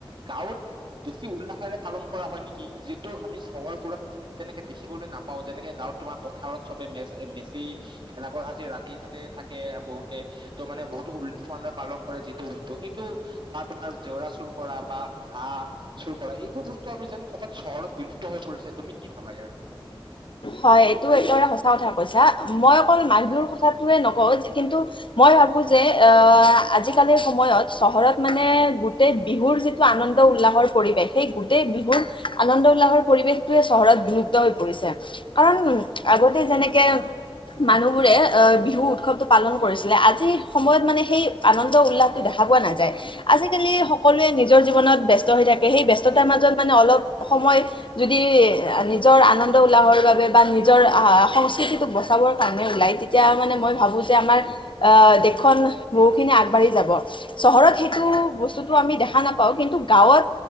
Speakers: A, on the right; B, on the left.
A: গাঁৱত বেছি উল্লাসেৰে পালন কৰা হয় নেকি? যোনটো আমি চহৰ বোৰত তেনেকে দেখিবলৈ নাপাও যেনেকে গাঁৱত তোমাৰ পথাৰত চবে মে মেচি ভেলাঘৰ সাজি ৰাতি তাতে থাকে, বহুতে ত মানে বহুতো উল্লাস মে পালন কৰে যিটো বস্তু সেইটো বা তোমাৰ জেওৰা চুৰ কৰা বা হাঁহ চুৰ কৰা এইবোৰ বস্তু আমি যেন কৰ'বাত চহৰত বিলুপ্ত হৈ পৰিছে। তুমি কি কবা ইয়াৰ বিষয়ে?
B: হয় এইটো এইটো এটা সচা কথা কৈছা মই অকল মান বিহুৰ কথাটোয়ে নকওঁ, কিন্তু মই ভাবো যে আহ আজিকালিৰ সময়ত চহৰত মানে গোটেই বিহুৰ যিটো আনন্দ উল্লাহৰ পৰিৱেশ সেই গোটেই বিহুৰ আনন্দ উল্লাহৰ পৰিৱেশটোয়ে চহৰত বিলুপ্ত হৈ পৰিছে। কাৰণ আগতে যেনেকে মানুহবোৰে অ বিহু উৎসৱটো পালন কৰিছিলে, আজিৰ সময়ত মানে সেই আনন্দ উল্লাসটো দেখা পোৱা নাযায় । আজিকালি সকলোৱে নিজৰ জীৱনত ব্যস্ত হৈ থাকে সেই ব্যস্ততাৰ মাজত মানে অলপ সময় যদি নিজৰ আনন্দ উ উলাহৰ বাবে বা নিজৰ আহ সংস্কৃতিটোক বচাবৰ কাৰণে ওলাই তেতিয়া মানে মই ভাবো যে, আমাৰ আহ দেশখন বহুখিনি আগবাঢ়ি যাব চহৰত সেইটো বস্তুতটো আমি দেখা নাপাওঁ, কিন্তু গাঁৱত